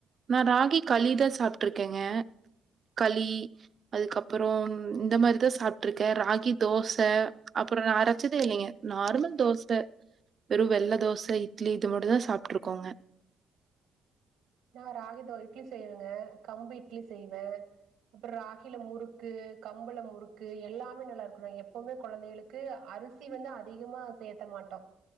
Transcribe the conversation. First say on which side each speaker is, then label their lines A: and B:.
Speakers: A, on the right; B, on the right.
A: நான் ராகி களிதா சாப்பிட்டுருக்கேங்க களி அதுக்கப்புறம் இந்த மாறிதா சாப்பட்டுருக்கேன் ராகி தோச அப்புறம் ந அரசேதே இல்லங்க நார்மல் தோச வெறும் வெள்ள தோச இட்லி இது மட்டும் தா சாப்பிட்டுருக்கோங்க
B: நா ராகி தோ இட்லி செய்வேங்க கம்பு இட்லி செய்வேன் அப்புறம் ராகில முறுக்கு கம்புல முறுக்கு எல்லாமே நல்லா இருக்கும் எப்வுமே குழந்தைகளுக்கு அரி சி வந்து அதிகமா சேத்த மாட்டோம்